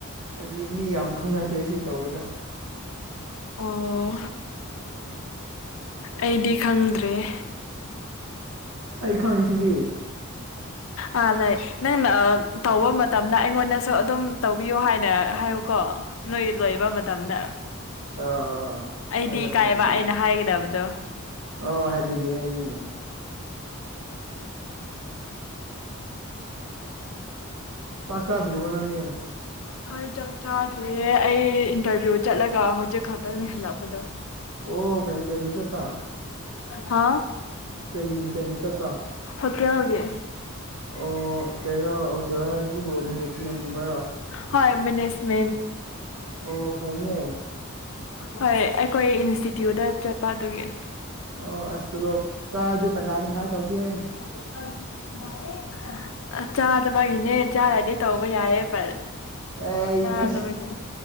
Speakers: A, on the right; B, on the left.
A: ꯑꯩꯗꯤ ꯃꯤ ꯌꯥꯝ ꯈꯪꯅꯈ꯭ꯔꯦ ꯁꯤ ꯇꯧꯕꯗ
B: ꯑꯣ ꯑꯩꯗꯤ ꯈꯪꯗ꯭ꯔꯤꯌꯦ
A: ꯑꯩ ꯈꯪꯉꯤꯁꯤꯗꯤ
B: ꯑꯥ ꯂꯩ ꯅꯪꯅ ꯇꯧꯕ ꯃꯇꯝꯗ ꯑꯩꯉꯣꯟꯗꯁꯨ ꯑꯗꯨꯝ ꯇꯧꯕꯤꯌꯣ ꯍꯥꯏꯅ ꯍꯥꯏꯌꯨꯀꯣ ꯅꯣꯏ ꯂꯣꯏꯕ ꯃꯇꯝꯗ
A: ꯑꯥ
B: ꯑꯩꯗꯤ
A: ꯈ꯭ꯔꯗꯤ
B: ꯏꯀꯥꯏꯕ
A: ꯍꯥꯏꯕꯤ
B: ꯑꯩꯅ ꯍꯥꯏꯒꯗꯕꯗꯣ
A: ꯑꯣ ꯍꯥꯏꯕꯤꯒꯦ ꯍꯥꯏꯕꯤꯒꯦ ꯆꯥꯛ ꯆꯥꯗ꯭ꯔꯤꯕꯣ ꯅꯪꯗꯤ
B: ꯍꯣꯏ ꯆꯥꯛ ꯆꯥꯗ꯭ꯔꯤꯌꯦ ꯑꯩ ꯏꯟꯇ꯭ꯔꯚ꯭ꯌꯨ ꯆꯠꯂꯒ ꯍꯧꯖꯤꯛ ꯈꯛꯇꯅꯤ ꯍꯜꯂꯛꯄꯗꯣ
A: ꯑꯣ ꯀꯩ ꯏꯟꯇ꯭ꯔꯚ꯭ꯌꯨ ꯆꯠꯄ
B: ꯍꯥꯥ
A: ꯀꯩꯒꯤ ꯏꯟꯇ꯭ꯔꯚ꯭ꯌꯨ ꯆꯠꯄ
B: ꯍꯣꯇꯦꯜꯒꯤ
A: ꯑꯣ ꯀꯩꯅꯣ ꯍꯣꯇꯦꯜ ꯍꯥꯏꯕꯁꯤꯕꯨ ꯃꯦꯅꯦꯖꯃꯦꯟꯒꯨꯝꯕꯔꯣ
B: ꯍꯣꯏ ꯃꯤꯅꯤꯁ <unintelligible>
A: ꯑꯣ ꯐꯩꯅꯦ
B: ꯍꯣꯏ ꯑꯩꯈꯣꯏ ꯏꯟꯁꯇꯤꯇ꯭ꯌꯨꯠꯇ ꯆꯠꯄ ꯑꯗꯨꯒꯤ
A: ꯑꯣ ꯑ꯭ꯁ ꯇꯣꯂꯣꯞ ꯆꯥꯔꯗꯤ ꯇꯪꯈꯥꯏ ꯇꯪꯈꯥꯏ ꯇꯧꯁꯦ
B: <inaudible> ꯑ ꯆꯥꯗꯕꯒꯤꯅꯦ ꯆꯥꯔꯗꯤ ꯇꯧꯕ ꯌꯥꯏꯌꯦ ꯕꯠ
A: ꯑꯩꯁꯦ
B: ꯌꯥꯗꯕꯒꯤꯅꯤ